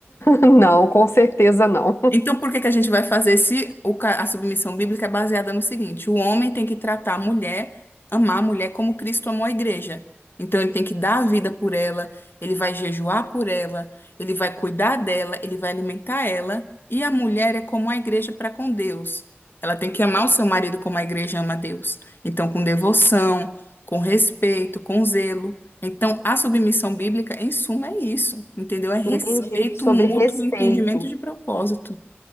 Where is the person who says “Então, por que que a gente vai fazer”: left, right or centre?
Left